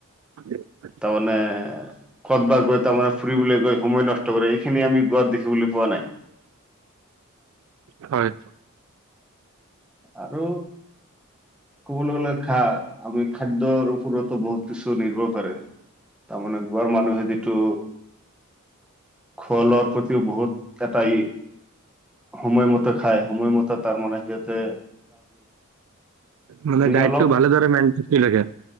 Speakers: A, on the right; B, in the centre.
A: হয় <inaudible>
B: তা মানে খত বা গৈ তাৰমানে ফুৰিবলৈ গৈ সোমাই নষ্ট কৰে এইখিনি আমি গোৱাত দেখিবলৈ পোৱা নাই।
A: হয়
B: আৰু ক'বলৈ গ'লে খা আমি খাদ্যৰওপৰতো বহুত কিছু নিৰ্ভৰ কৰে। তাৰমানে গৰ মানুহে যিটো খোৱা লোৱাৰ প্ৰতিও বহুত কটাই সময়মতে খায় সময়মতে তাৰ মানে সিহতে
A: মানে ডাইটটো
B: অলপ
A: ভালদৰে মেন লাগে